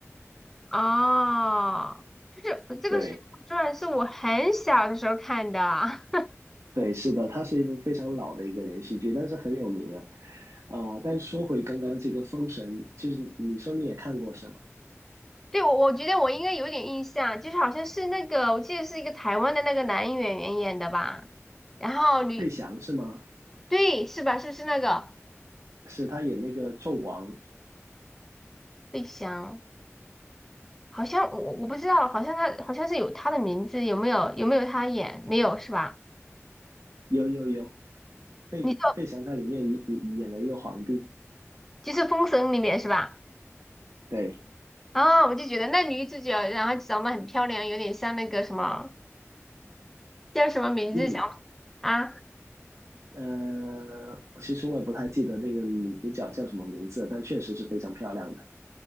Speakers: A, in the centre; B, on the right.
A: 哦，就是这个《水浒传》是我很小的时候看的啊，
B: 对对，是的，它是一部非常老的一个连续剧，但是很有名啊。啊、但是说回刚刚这个《封神》，就是你说你也看过是吗？
A: <laughs> 对我我觉得我应该有点印象，就是好像是那个我记得是一个台湾的那个男演员演的吧，然后女
B: 费翔是吗？
A: 对是吧？是不是那个
B: 是他演那个纣王，
A: 费翔？好像我我不知道，好像他好像是有他的名字，有没有有没有他演？没有是吧？
B: 有有有，费费翔在里面演演演了一个皇帝。
A: 你说就是《封神》里面是吧？
B: 对，
A: 啊，我就觉得那女主角，然后长得很漂亮，有点像那个什么叫什么名字想啊？
B: 嗯。呃，其实我也不太记得那个女主角叫什么名字了，但确实是非常漂亮的。